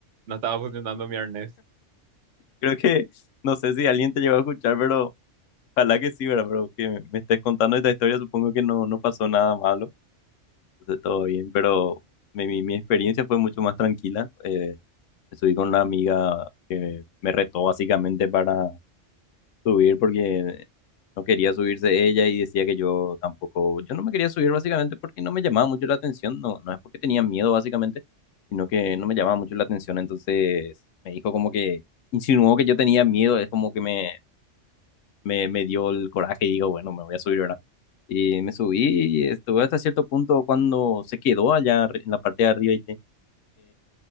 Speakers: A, on the right; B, on the left.
A: no estaba funcionando mi arnés.
B: Creo que, no sé si alguien te llegó a escuchar, pero ojalá que sí, ¿verdad? Pero que me, me estés contando esta historia, supongo que no, no pasó nada malo. Entonces, todo bien, pero mi, mi, mi experiencia fue mucho más tranquila. Eh, me subí con una amiga que me retó básicamente para subir porque no quería subirse ella y decía que yo tampoco, yo no me quería subir básicamente porque no me llamaba mucho la atención, no, no es porque tenía miedo básicamente, sino que no me llamaba mucho la atención, entonces me dijo como que insinuó que yo tenía miedo, es como que me, me, me dio el coraje y digo, bueno, me voy a subir, ¿verdad? Y me subí y estuve hasta cierto punto cuando se quedó allá arri- en la parte de arriba y